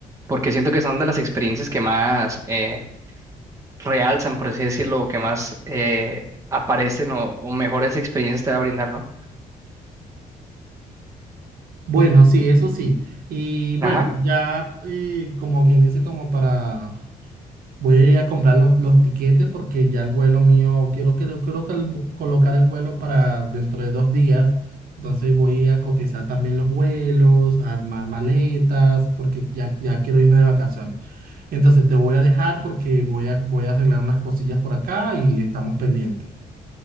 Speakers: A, on the right; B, on the right.
A: porque siento que son de las experiencias que más eh, realzan, por así decirlo, o que más eh, aparecen o, o mejores experiencias te va a brindar, ¿no?
B: Bueno, sí, eso sí. Y bueno,
A: Ajá,
B: ya eh, como quien dice, como para... Voy a ir a comprar los, los tiquetes porque ya el vuelo mío, quiero, quiero, quiero que el vu- colocar el vuelo para dentro de dos días. Entonces voy a cotizar también los vuelos, a armar maletas, porque ya, ya quiero irme de vacaciones. Entonces te voy a dejar porque voy a, voy a arreglar unas cosillas por acá y estamos pendientes.